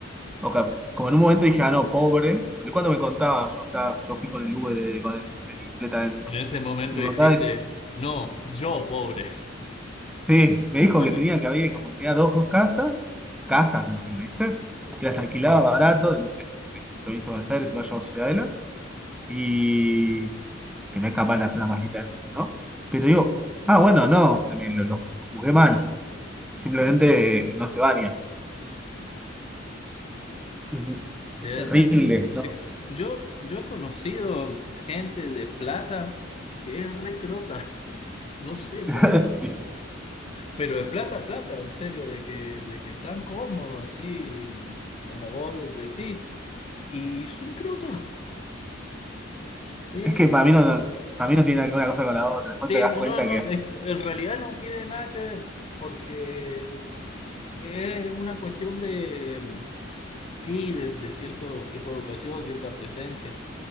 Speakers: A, in the centre; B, on the left.
A: o sea, como en un momento dije, ah, no, pobre, pero cuando me contaba, yo, estaba, yo fui con el Uber, eh, con el, el flete adentro,
B: En ese momento
A: y me
B: dijiste,
A: contaba eso.
B: no, yo pobre.
A: Sí, me
B: <laughs>
A: dijo que tenía que había como que tenía dos casas, casas encima, ¿viste? Que las alquilaba Claro. barato en, en- en provincia de Buenos Aires, en Valle de Ciudadela, y que no es capaz de hacer la zona más linda del mundo, ¿no? Pero digo, ah, bueno, no, me, lo, lo juzgué mal, simplemente eh, no se baña. Ujú.
B: Debe
A: Es terrible.
B: ser.
A: No,
B: Yo, yo he conocido gente de plata que es recrota. <laughs> No sé por
A: <laughs>
B: qué.
A: Dice,
B: Pero de plata, plata, en serio, de que, de que están cómodos, así, como vos decís. Y son crotos. <laughs> Eh,
A: es que para mí no, no- para mí no tiene nada que ver una cosa con la otra, después
B: sí,
A: te das
B: no,
A: cuenta
B: no, no,
A: que,
B: es que en realidad no tiene nada que ver, porque es una cuestión de, sí, de, de cierto tipo de educación, cierta presencia.